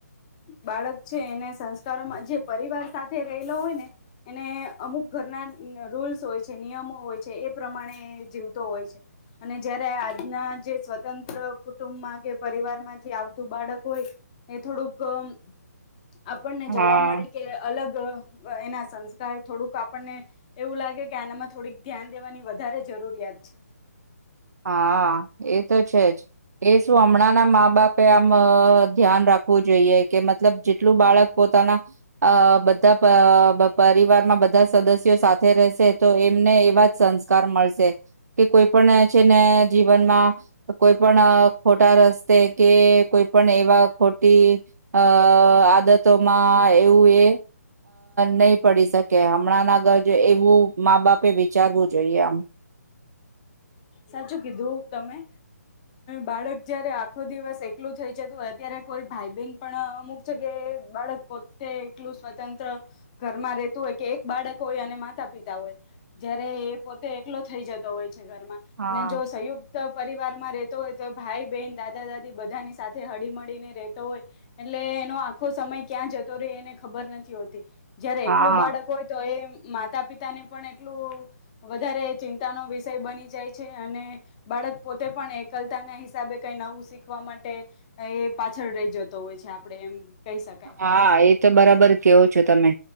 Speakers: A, on the left (about 25°); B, on the right (about 70°).
A: બાળક છે એને સંસ્કારોમાં જે પરિવાર સાથે રહેલો હોય ને એને અમુક ઘરના રૂલ્સ હોય છે નિયમો હોય છે એ પ્રમાણે જીવતો હોય છે, અને જયારે આજના જે સ્વતંત્ર કુટુંબમાં કે પરિવાર માંથી આવ બાળકો હોય, એ થોડુંક આપણને
B: હા
A: જોવા મળે કે અલગ એના સંસ્કાર થોડુંક, આપણને એવું લાગે કે આનામાં થોડીક ધ્યાન દેવાની વધારે જરૂરિયાત છે.
B: હા એ તો છે જ એ શું હમણાં ના મા બાપે આમ ધ્યાન રાખવું જોઈએ કે મતલબ જેટલું બાળક પોતાના અ બધા પરિવારમાં બધા સદસ્યો સાથે રહેશે તો એમને એવા જ સંસ્કાર મળશે. કે કોઈ પણ જેને જીવનમાં કોઈ પણ ખોટા રસ્તે, કે કોઈ પણ એવા ખોટી અ આદતોમાં એવું એ નહી પડી શકે. હમણાં ના ઘર જો એવું મા બાપે વિચારવું જોઈએ આમ.
A: સાચું કીધું તમે. બાળક જયારે આખો દિવસ એકલું થઈ જતું હોય અ્યારે કોઈ ભાઈ બહેન પણ અમુક જગ્યાએ બાળક પોતે એકલું સ્વતંત્ર ઘરમાં રેતું હોય કે એક બાળક હોય અને માતા પિતા હોય જયારે એ પોતે એકલો થઈ જતો હોય છે ઘરમાં.
B: હા
A: અને જો સહયયોગ પરિવારમાં રહેતો હોય તો ભાઈ બહેન દાદા દાદી બધાની સાથે હળી મળીને રતો હોય એટલે એનો આખો સમય ક્યાં જતો રહે એને ખબર નથી હોતી. જયારે
B: હા
A: એકલું બાળક હોય તો એ માતા પિતા ને પણ એટલું વધારે ચિંતાનો વિષય બની જાય. અને બાળક પોતે પણ એકલતા ના હિસાબે કઈ નવું શીખવા માટે એ પાછળ રહી જતો હોય છે આપણેે એમ કહી શકાય
B: હા એ તો બરાબર કેવો છો તમે.